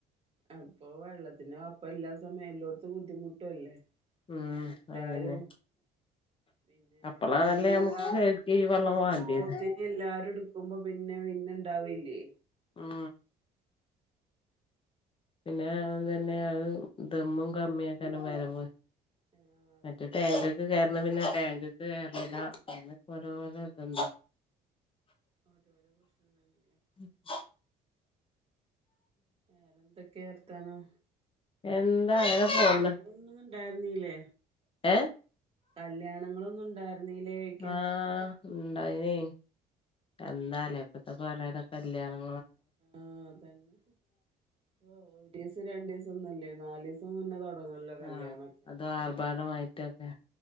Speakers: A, on the right; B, on the left.
A: അപ്പൊ വെള്ളത്തിന് അപ്പ എല്ലാ സമയല്ലോടത്ത് ബുദ്ധിമുട്ടും അല്ലേ
B: ഉം
A: ല്ലാരും
B: അതന്നെ
A: പിന്നെ
B: അപ്പളാണല്ലേ
A: ഈ വരണ
B: നമുക്ക്
A: വെള്ള
B: ശരിക്ക് ഈ വെള്ളം
A: വരുമ്പോത്തി
B: വാണ്ടിയത്
A: എല്ലാരും എടുക്കുമ്പോ പിന്നെ പിന്നെണ്ടാവില്ലേ
B: ഉം പിന്നെ അതന്നെ അത് ദമ്മും കമ്മിയാക്കന വരവ്
A: ആഹ് അതന്നെ
B: മറ്റേ ടാങ്ക്ക്ക്‌
A: അതന്നെ
B: കേറണ പിന്നെ ടാങ്ക്ക്ക്‌ കേറണില്ല അങ്ങനക്കെ ഓരോരോ
A: ആഹ്
B: ഇതുണ്ട്
A: ഓരോരോ പ്രശ്നം തന്നല്ലേ
B: ഉം
A: വേറെന്തൊക്കെയാ വർത്താനം
B: എന്താ അങ്ങനെ
A: കല്യാണങ്ങളൊന്നും
B: പോണ്
A: ഉണ്ടായിരുന്നീല്ലേ
B: ഏ
A: കല്യാണങ്ങളൊന്നും ഉണ്ടായിരുന്നീല്ലേയ്ക്ക
B: ആഹ് ഉണ്ടായിനെ എന്താലേ ഇപ്പത്തെക്കെ ഒരോരോ കല്യാണം
A: ആഹ് അതന്നെ ഓ രീസം രണ്ടു ദിവസം ഒന്നുംല്ലേ നാല് ദിവസം മുന്നേ തുടങ്ങല്ലോ കല്യാണ
B: ആഹ്
A: ഒക്കെ
B: അതും ആർഭാടമായിട്ടൊക്കെ